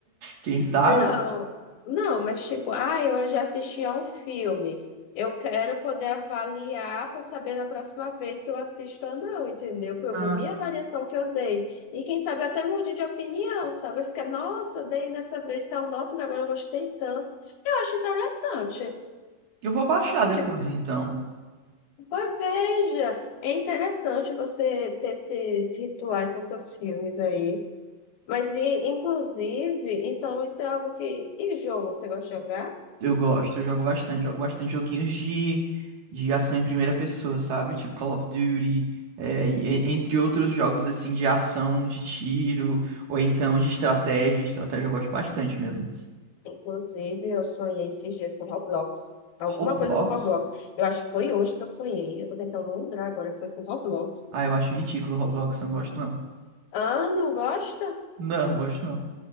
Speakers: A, on the right; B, on the left.
A: Quem sabe?
B: Não, não, mas tipo, ah, eu já assisti a um filme. Eu quero poder avaliar para saber na próxima vez se eu assisto ou não, entendeu? Para eu
A: Ah,
B: ver minha avaliação que eu dei. E quem sabe até mude de opinião, sabe? Fica, nossa, eu dei nessa vez tal nota, mas agora eu gostei tanto. Eu acho interessante.
A: eu vou baixar depois
B: Tipo,
A: então.
B: pois veja, é interessante você ter esses rituais com seus filmes aí. Mas, e, inclusive, então isso é algo que. E jogo, você gosta de jogar?
A: Eu gosto, eu jogo bastante, jogo bastante joguinhos de, de ação em primeira pessoa, sabe? Tipo Call of Duty, é, e- e- entre outros jogos assim de ação, de tiro, ou então de estratégia. Estratégia eu gosto bastante mesmo.
B: Inclusive, eu sonhei esses dias com Roblox. Alguma
A: Roblox?
B: coisa com Roblox. Eu acho que foi hoje que eu sonhei. Eu tô tentando lembrar agora. Foi com Roblox.
A: Ah, eu acho ridículo o Roblox, eu não gosto não.
B: Ah, não gosta?
A: Não, gosto não.